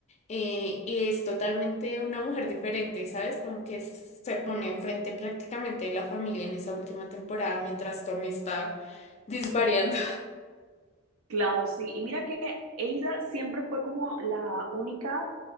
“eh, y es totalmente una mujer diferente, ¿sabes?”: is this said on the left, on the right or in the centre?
Left